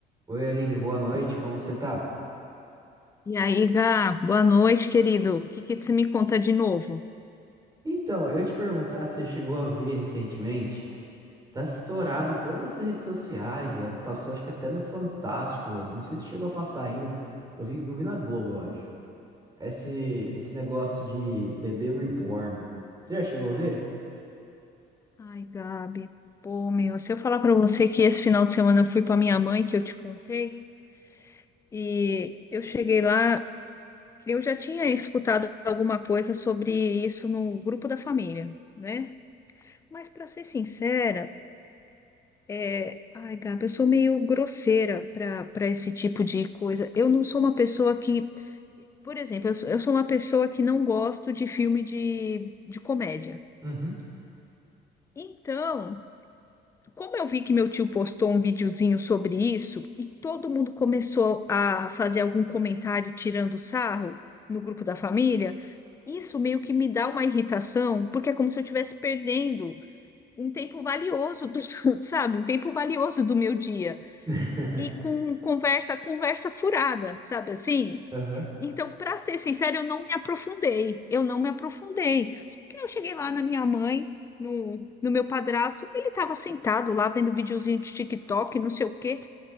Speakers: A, on the right; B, on the left.
A: Oi, Aline, boa noite, como você tá?
B: E aí, Gá, boa noite, querido. O que que você me conta de novo?
A: Então, eu ia te perguntar se você chegou a ver recentemente. Tá estourado em todas as redes sociais, a- passou acho que até no Fantástico, não sei se chegou a passar ainda. Eu vi, eu vi na Globo, eu acho. Esse, esse negócio de bebê reborn. Você já chegou a ver?
B: Ai, Gabi, pô, meu, se eu falar pra você que esse final de semana eu fui pra minha mãe, que eu te contei, e eu cheguei lá, eu já tinha escutado alguma coisa sobre isso no grupo da família, né? Mas pra ser sincera, é... ai, Gabi, eu sou meio grosseira pra para esse tipo de coisa. Eu não sou uma pessoa que, por exemplo, eu sou eu sou uma pessoa que não gosto de filme de, de comédia.
A: Uhum.
B: Então, como eu vi que meu tio postou um videozinho sobre isso e todo mundo começou a fazer algum comentário tirando sarro no grupo da família, isso meio que me dá uma irritação, porque é como se eu estivesse perdendo um tempo valioso, do- <laughs> sabe? Um tempo valioso do meu dia.
A: <laughs>
B: E com conversa, conversa furada, sabe assim?
A: Aham.
B: Então, para ser sincero, eu não me aprofundei. Eu não me aprofundei. Só que eu cheguei lá na minha mãe, no, no meu padrasto, ele estava sentado lá vendo videozinho de TikTok, não sei o quê.